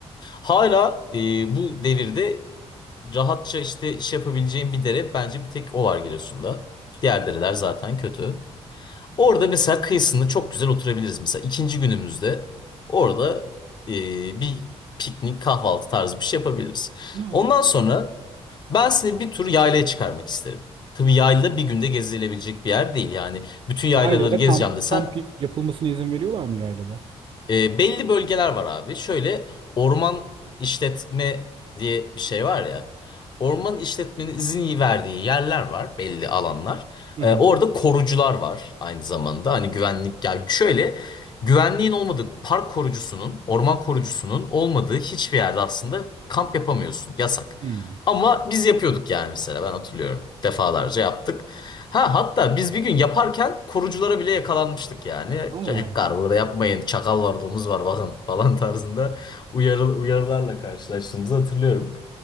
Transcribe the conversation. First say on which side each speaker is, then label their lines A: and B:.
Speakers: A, on the left; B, on the right.
A: Hala e, bu devirde rahatça işte iş yapabileceğin bir dere bence bir tek o var Giresun'da. Diğer dereler zaten kötü. Orada mesela kıyısında çok güzel oturabiliriz. Mesela ikinci günümüzde orada e, bir piknik kahvaltı tarzı bir şey yapabiliriz.
B: Hı.
A: Ondan sonra ben size bir tur yaylaya çıkarmak isterim. Tabii yayla bir günde gezilebilecek bir yer değil. Yani bütün yaylaları
B: Yaylada
A: gezeceğim
B: kamp,
A: desen
B: kamp yapılmasına izin veriyorlar mı yaylada?
A: e, belli bölgeler var abi. Şöyle orman işletme diye bir şey var ya. Orman işletmenin izin verdiği yerler var, belli alanlar.
B: Hı
A: E,
B: hı.
A: orada korucular var aynı zamanda. Hani güvenlik yani şöyle güvenliğin olmadığı park korucusunun, orman korucusunun olmadığı hiçbir yerde aslında kamp yapamıyorsun. Yasak.
B: Hmm.
A: Ama biz yapıyorduk yani mesela ben hatırlıyorum. Defalarca yaptık. Ha hatta biz bir gün yaparken koruculara bile yakalanmıştık yani.
B: Aa.
A: Çocuklar burada yapmayın çakal var domuz var bakın falan <laughs> tarzında uyarı, uyarılarla karşılaştığımızı hatırlıyorum.